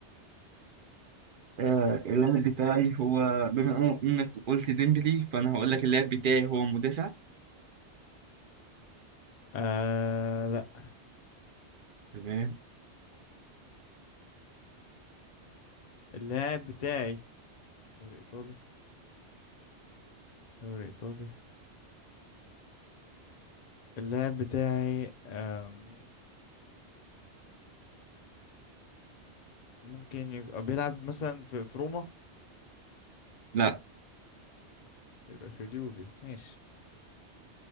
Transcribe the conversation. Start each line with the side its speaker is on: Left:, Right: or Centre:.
Right: آه اللاعب بتاعي هو بما إنه- إنك قلت ديمبلي فأنا هقول لك اللاعب بتاعي هو مدافع
Left: آه لا
Right: تمام
Left: اللاعب بتاعي دوري ايطالي دوري ايطالي اللاعب بتاعي آم، ممكن يبقى بيلعب مثلا في في روما
Right: لا
Left: يبقى في اليوفي ماشي